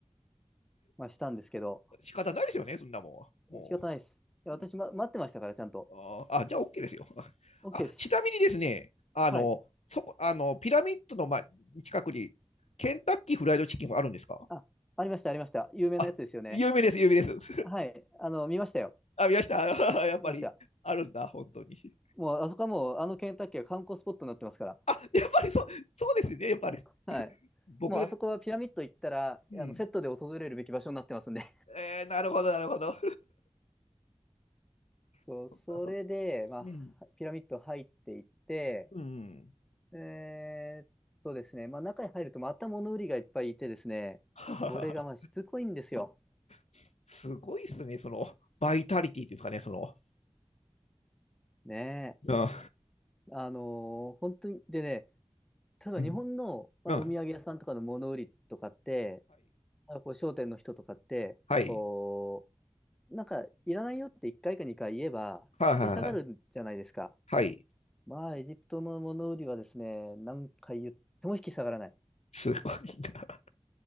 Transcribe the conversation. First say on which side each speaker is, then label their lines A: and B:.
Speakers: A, in the centre; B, on the left.
A: まあ、したんですけど、
B: 仕方ないですよね、そんなもん。も
A: 仕方ないです。いや、
B: う。
A: 私、ま、待ってましたから、ちゃんと。
B: あー、あじゃあ OK ですよ。<laughs>
A: OK
B: あ、
A: です。
B: ちなみにですね、あの、
A: はい。
B: そこ、あの、ピラミッドの、ま、近くに、ケンタッキーフライドチキンはあるんですか
A: あ、ありました、ありました。有名なやつですよね。
B: あ、有名です、有名です。<laughs>
A: はい。あの、見ましたよ。
B: あ、見ました。<laughs> やっぱり、
A: 見ました。
B: あるんだ、本当に。
A: もう、あそこはもう、あのケンタッキーは観光スポットになってますから。
B: あ、やっぱりそう、そうですね、やっぱり。
A: はい。
B: 僕、
A: もう、あそこはピラミッド行ったら、
B: うん。
A: あの、セットで訪れるべき場所になってますんで。
B: えー、なるほど、なるほど。<laughs>
A: そう、
B: そっか、
A: それで、
B: そっか。
A: まあ、
B: うん。
A: ピラミッド入っていって、
B: うん。
A: えーっとですね、まあ、中に入るとまた物売りがいっぱいいてですね、
B: ははは
A: これがまあしつこいんですよ。
B: <laughs> すごいですね、その、バイタリティっていうんですかね、その。
A: ねえ。
B: うん。
A: あのー本当に、でね、例えば日本の、
B: うん。
A: まあ、
B: うん
A: お土産屋さんとかの物売りとかって、あのこう商店の人とかって、
B: はい。
A: こう、なんか、いらないよって1回か2回言えば、
B: はい。はい。
A: 引き下がるじゃないですか。
B: はい。はい。
A: まあ、エジプトの物売りはですね、何回言っても引き下がらない。
B: すごいな。